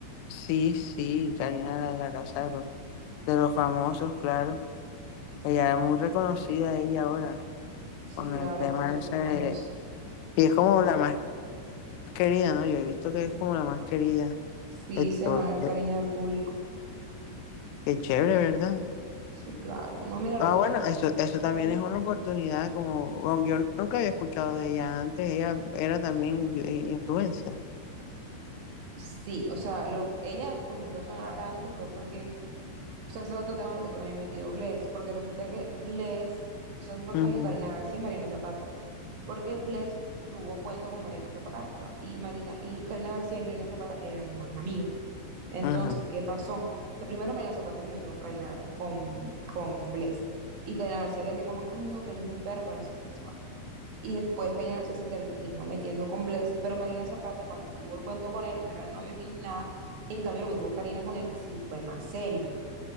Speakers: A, on the left; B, on the right.
A: sí, sí, Karina la de la casa de los, de los famosos, claro. Ella es muy reconocida ella ahora,
B: Sí,
A: con
B: claro,
A: el tema
B: está súper
A: ese de...
B: famoso.
A: Y es como la más querida, ¿no? Yo he visto que es como la más querida.
B: Sí,
A: Entonces,
B: se ganó el cariño del público.
A: qué chévere, ¿verdad?
B: Sí, claro. No, mira lo
A: Ah,
B: que
A: bueno,
B: pasó
A: eso, eso también
B: con él.
A: es una oportunidad, como bueno, yo nunca había escuchado de ella antes, ella era también eh, influencer.
B: Sí, o sea, lo, ella comenzó a sonar antes fue porque O sea, ese es otro tema en el que también metido Bless, porque resulta que Bless, o sea, se fue
A: Ujú,
B: con Karina García y Mariana Zapata, porque Bless tuvo cuento con Mariana Zapata y Marina y Karina García y Mariana Zapata eran mejores amigas. Entonces,
A: ujú,
B: ¿qué pasó? Que primero Mariana Zapata se metió con Karina con con Bless y Karina García le decía como que, ay no, que él es muy perro, que no sé qué no sé Y después Karina García se terminó metiendo con Bless, pero Mariana Zapata cuando tuvo el cuento con él no eran novios ni nada, y en cambio lo que tuvo Karina con él sí fue más serio.